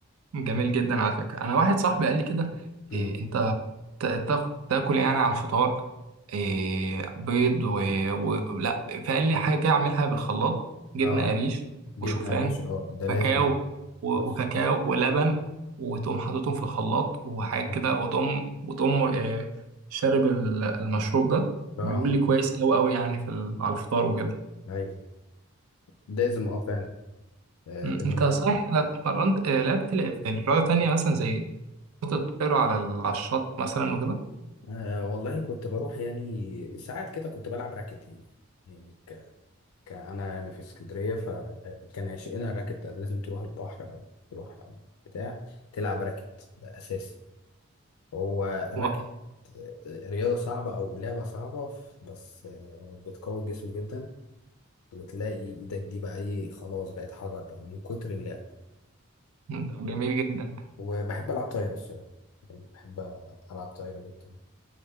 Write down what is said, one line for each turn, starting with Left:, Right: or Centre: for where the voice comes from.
Right: جميل جدا على فكره انا واحد صاحبي قال لي كده
Left: امم
Right: إيه تا- تا- تاكل يعني على الفطار إيه بيض و... و... لا فقال حاجه كده اعملها بالخلاط جبنه
Left: اه
Right: قريش
Left: جبنة
Right: وشوفان
Left: قريش اه ده لازم
Right: كاكاو
Left: ده
Right: و...
Left: بص.
Right: وكاكاو ولبن وتقوم حاططهم في الخلاط وحاجه
Left: اه
Right: كده وتقوم وتقوم آه، شارب ال- المشروب ده
Left: اه
Right: بيقول لي كويس قوي قوي يعني في ال... على الفطار وكده
Left: ايوه لازم اه فعلا آه
Right: م،
Left: لازم
Right: انت
Left: تكون.
Right: صحيح اتمرنت آه، لعبت ل- رياضه تانية مثلا زي كرة الطائرة على ال- على الشط مثلا وكده
Left: آه والله كنت بروح يعني ساعات كده كنت بلعب راكت يعني يعني ك... ك... انا يعني في اسكندريه فكان عشقنا الراكت ده. لازم تروح البحر أو تروح بتاع تلعب راكت ده اساسي هو الراكت
Right: و-
Left: آه، رياضه صعبه او لعبه صعبه بس آه، بتقوي الجسم جدا وتلاقي ايدك دي بقى ايه خلاص بقت حجر بقى من كتر اللعب
Right: طب جميل جدا
Left: وبحب ألعب طايرة الصراحة يعني بحب ألعب طايرة جدا